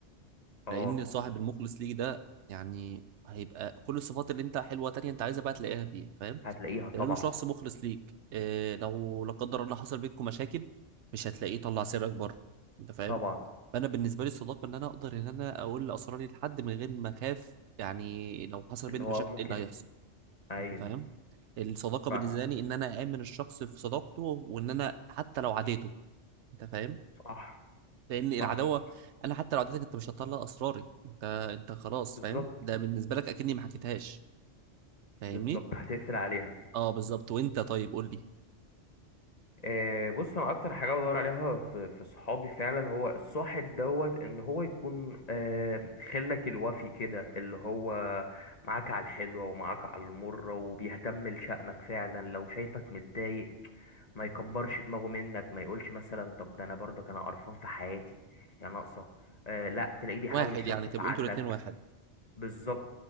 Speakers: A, on the left; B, on the right.
A: اه
B: لان صاحب المخلص ليك ده يعني هيبقى كل الصفات اللي انت حلوه تانية انت عايزها بقى تلاقيها فيه فاهم
A: هتلاقيها طبعا
B: لانه شخص مخلص ليك إيه لو لا قدر الله حصل بينكم مشاكل مش هتلاقيه طلع سرك بره انت فاهم
A: طبعا
B: فانا بالنسبه لي الصداقه ان انا اقدر ان انا اقول اسراري لحد من غير ما اخاف يعني لو حصل بيننا
A: ان هو
B: مشاكل
A: ممكن
B: ايه اللي هيحصل
A: ايوه
B: انت فاهم الصداقه
A: فاهمك
B: بالنسبه لي ان انا اامن الشخص في صداقته وان انا حتى لو عاديته انت فاهم
A: صح
B: لان العداوه
A: صح
B: انا حتى لو عدتك انت مش هتطلع اسراري انت انت خلاص
A: بالظبط
B: فاهم ده بالنسبه لك اكني ما حكيتهاش فاهمني
A: بالظبط هتقفل عليها
B: اه بالظبط وانت طيب قول لي
A: آه بص انا اكتر حاجه بدور عليها في في صحابي فعلا هو الصاحب دوت ان هو يكون آه خلك الوفي كده اللي هو معاك على الحلوه ومعاك على المره وبيهتم لشأنك فعلا لو شايفك متضايق ما يكبرش دماغه منك ما يقولش مثلا طب ده انا برضك انا قرفان في حياتي يا ناقصه آه لا تلاقيه بيحاول
B: واحد
A: يخفف
B: يعني تبقوا
A: عنك
B: انتوا الاتنين واحد
A: بالظبط